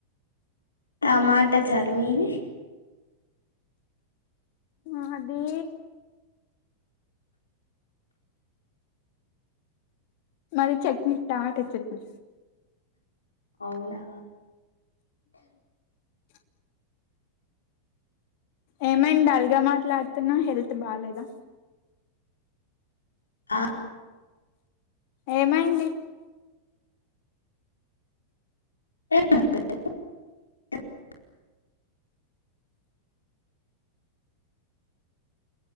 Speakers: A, on the left; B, on the left.
A: టమాటా చారు మీది
B: మాది మది చట్నీ టమాటో చట్నీ
A: అవునా
B: అ ఏమైంది డల్ గా మాట్లాడుతున్నా హెల్త్ బాలేదా
A: ఆ
B: ఏమైంది
A: <unintelligible>